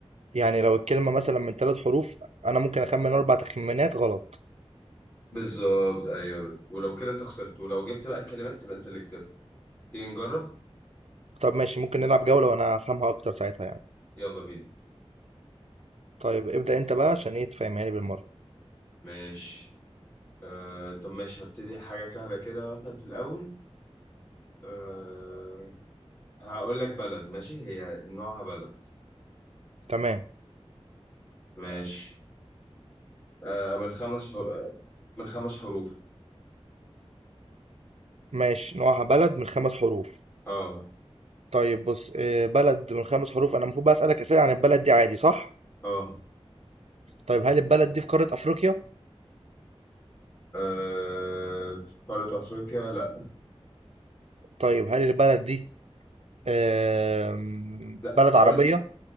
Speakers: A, on the right (about 80°); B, on the left (about 20°).
A: يعني لو الكلمة مثلا من ثلاث حروف أنا ممكن أخمن أربع تخمينات غلط
B: بالظبط ايوه ولو كده انت خسرت ولو جبت بقى الكلمات تبقى انت اللي كسبت تيجي نجرب
A: طب ماشي ممكن نلعب جولة وأنا هفهمها أكتر ساعتها يعني
B: يلا بينا
A: طيب ابدأ أنت بقى عشان إيه تفهمها لي بالمرة
B: ماشي آه طب ماشي هبتدي حاجة سهلة كده مثلا في الأول آه هقول لك بلد ماشي هي نوعها بلد
A: تمام
B: ماشي آه من خمس حر... من خمس حروف
A: ماشي نوعها بلد من خمس حروف
B: اه
A: طيب بص آه، بلد من خمس حروف أنا المفروض بقى أسألك أسئلة عن البلد دي عادي صح
B: اه
A: طيب هل البلد دي في قارة أفريقيا
B: آه، قارة أفريقيا لا
A: طيب هل البلد دي آم،
B: لا
A: بلد عربية
B: قول